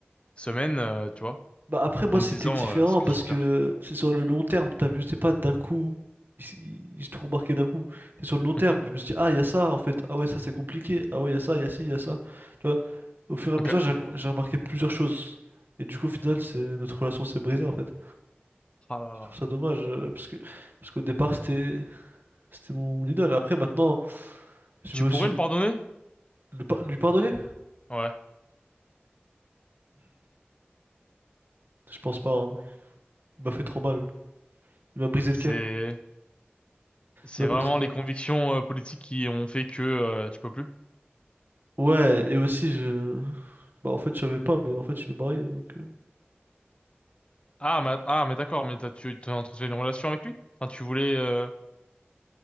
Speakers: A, on the left; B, on the right.
A: semaines, euh, tu vois,
B: Bah après moi
A: en me
B: c'était
A: disant
B: différent
A: euh, ce que
B: parce
A: je perds.
B: que c'est sur le long terme, t'as vu, c'est pas d'un coup, ils ils- ils se d'un coup, c'est sur le long terme,
A: Mhm.
B: je me suis dit ah il y a ça en fait, ah ouais ça c'est compliqué, ah ouais il y a ça, il y a ci, il y a ça, tu vois, au fur et à
A: Ok.
B: mesure j'ai j'ai remarqué plusieurs choses et du coup au final c'est notre relation s'est brisée en fait,
A: Ah là
B: je
A: là.
B: trouve ça dommage euh, parce que parce qu'au départ c'était c'était mon idole, après maintenant je
A: Tu
B: me
A: pourrais
B: suis
A: le pardonner?
B: le pa- lui pardonner?
A: Ouais.
B: Je pense pas, hein. Il m'a fait trop mal, il m'a brisé
A: C'est
B: le cœur,
A: c'est
B: il m'a brisé
A: vraiment
B: le cœur.
A: les convictions euh, politiques qui ont fait que euh, tu peux plus.
B: Ouais, et aussi je Bah, en fait, je savais pas, mais en fait, il est marié, donc... euh.
A: Ah mais ah mais d'accord, mais t'as, tu as entretenu une relation avec lui? Enfin, tu voulais. euh,